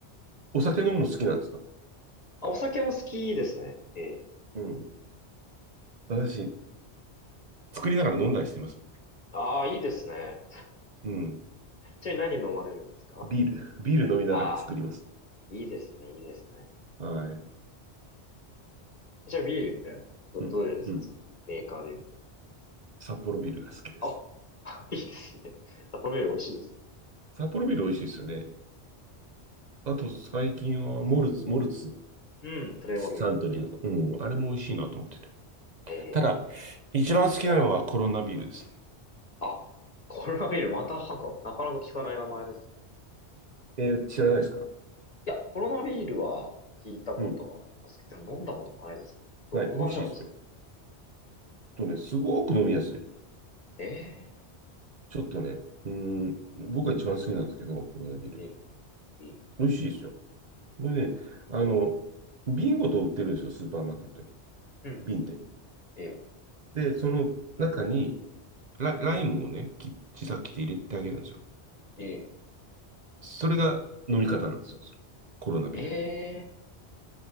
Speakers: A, on the right; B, on the left.
A: お酒飲むの好きなんですか
B: まあ、お酒も好きですね。ええ。
A: うん。私、作りながら飲んだりしてます。
B: ああ、いいですね。
A: うん。
B: ちなみに何飲まれるんですか
A: ビール、ビール飲みながら作ります。
B: ああ、いいですね、いいですね。
A: はい。
B: じゃあビールってあの、ど、
A: うん、
B: どれですか、
A: うん。
B: その、メーカーで言うと。
A: 札幌ビールが好きです。
B: あ、<laughs> いいですね。札幌ビール美味しいですよ。
A: 札幌ビール美味しいですよね。あと、最近はモルツ、モルツ、
B: うん、プレモル。
A: サントリーの。うん、あれも美味しいなと思ってて。
B: ええ
A: ただ、一番好きなのはコロナビールですね。
B: あ、コロナビール、またなんか、なかなか聞かない名前ですね。
A: えー知らないですか
B: いや、コロナビールは聞いたことはありますけど、
A: うん。
B: でも飲んだこともないですね。ど、
A: はい。
B: どんな味なんですか
A: 美味しいですよ。とね、すごく飲みやすい。
B: え
A: ちょっとね、うーん、僕が一番好きなんですけど、コロナビール。
B: えええええ
A: 美味しいですよ。これね、あの、瓶ごと売ってるんですよ、スーパーマーケットに。
B: うん、うん、
A: 瓶で。
B: うんうん。ええ
A: で、その中にライ、ライムをね、き小さく切って入れてあげるんですよ。
B: え
A: それが飲み方なんですよ、それコロナビール。
B: えええ